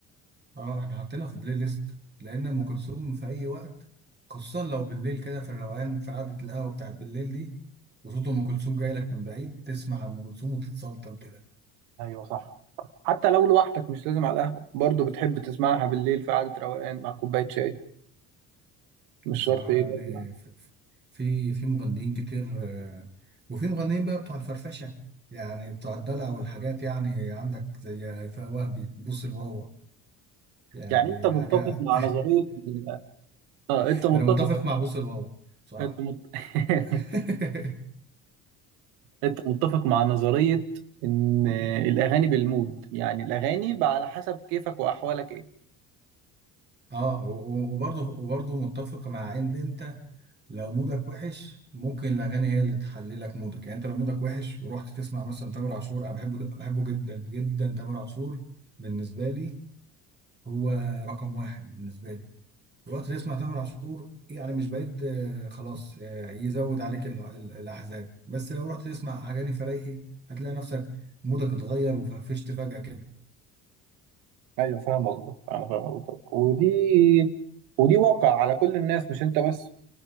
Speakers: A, on the right; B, on the right.
A: اه احنا حاطينها في بلاي ليست لأن أم كلثوم في أي وقت خصوصا لو بالليل كده في الروقان في قعدة القهوة بتاعت بالليل دي وصوت أم كلثوم جاي لك من بعيد تسمع أم كلثوم وتتسلطن كده
B: ايوه صح حتى لو لوحدك مش لازم على القهوه برضه بتحب تسمعها بالليل في قعده روقان مع كوبايه شاي مش
A: بصراحة
B: شرط يبقى
A: يعني
B: في القهوة.
A: ف- ف- في في مغنيين كتير آه، وفي مغنيين بقى بتوع الفرفشة يعني بتوع الدلع والحاجات يعني عندك زي هيفاء وهبي بوس الواوا يعني
B: يعني انت متفق
A: حاجة
B: مع نظرية إن- اه
A: <laughs>
B: انت متفق
A: أنا متفق مع بوس الواوا بصراحة
B: انت مت... <laughs>
A: <laughs>
B: انت متفق مع نظرية ان الاغاني بالمود يعني الاغاني بقى على حسب كيفك واحوالك ايه
A: اه و- و- وبرضه وبرضه متفق مع ان انت لو مودك وحش ممكن الاغاني هي اللي تحلي لك مودك يعني انت لو مودك وحش ورحت تسمع مثلا تامر عاشور انا بحبه بحبه جدا جدا تامر عاشور بالنسبه لي هو رقم واحد بالنسبة لي الوقت اللي اسمه تامر عاشور يعني مش بعيد آه، خلاص آه، يزود عليك ال- ال- الأحزان بس لو رحت تسمع أغاني فريحي هتلاقي نفسك مودك اتغير وفرفشت فجأة كده
B: ايوه فاهم قصدك انا فاهم قصدك ودي ودي واقع على كل الناس مش انت بس